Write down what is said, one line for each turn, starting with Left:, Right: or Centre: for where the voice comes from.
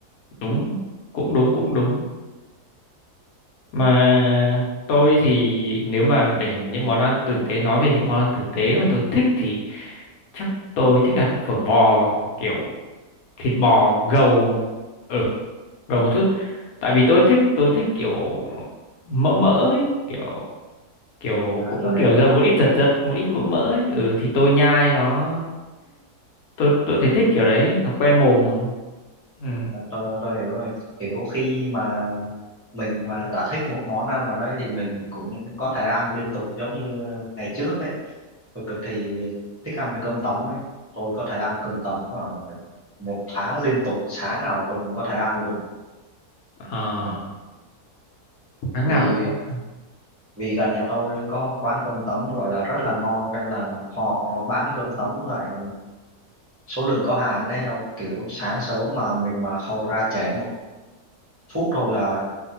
Left: đúng cũng đúng cũng đúng mà tôi thì nếu mà để những món ăn tử tế nói về những món ăn tử tế mà tôi thích thì chắc tôi thích ăn phở bò kiểu thịt bò gầu ừ gầu một chút tại vì tôi thích tôi thích kiểu mỡ mỡ ấy kiểu kiểu
Right: à,
Left: cũng
Right: có thể
Left: kiểu dầm một ít giật giật một ít mỡ mỡ ấy. ừ thì tôi nhai nó tôi tôi thấy thích kiểu đấy nó quen mồm rồi ừ
Right: À, tôi tôi hiểu rồi kiểu khi mà mình mà đã thích một món ăn nào đấy thì mình cũng có thể ăn liên tục giống như ngày trước ấy tôi cực thì thích ăn cơm tấm ấy tôi có thể ăn cơm tấm mà một tháng liên tục sáng nào tôi cũng có thể ăn luôn
Left: à,
Right: ừ.
Left: tháng
Right: vì
Left: nào cũng có ăn.
Right: vì gần nhà tôi có quán cơm tấm gọi là rất là ngon nên là họ bán cơm tấm lại số lượng có hạn đấy không kiểu sáng sớm mà mình mà không ra trễ một phút thôi là